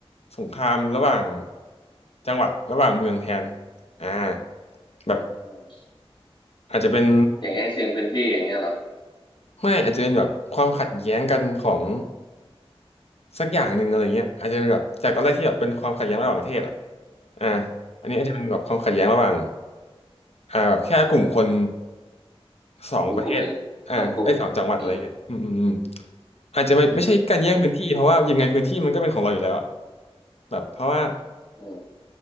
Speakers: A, on the left; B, on the left.
A: สงครามระหว่างจังหวัดระหว่างเมืองแทนอ่าแบบ
B: อืม
A: อาจจะเป็น
B: อย่างง่ายชิงพื้นที่อย่างเงี้ยเหรอ
A: ไม่อาจจะเป็นแบบความขัดแย้งกันของสักอย่างหนึ่งอะไรเงี้ยอาจจะเป็นแบบจากตอนแรกที่แบบเป็นความขัดแย้งระหว่างประเทศอ่ะอ่าอันนี้อาจจะเป็นแบบความขัดแย้งระหว่าง
B: อืม
A: อ่าแบบแค่กลุ่มคนสองประเทศอ่าไอ้ยสองจังหวัดอะไรเงี้ยอืมอืมอืม
B: กลุ่มกลุ่มหนึ่งสองกลุ่มอืม
A: อาจจะไม่ไม่ใช่การแย่งพื้นที่เพราะว่ายังไงพื้นที่มันก็เป็นของเราอยู่แล้วอะ
B: อืม
A: แบบเพราะว่า
B: อืม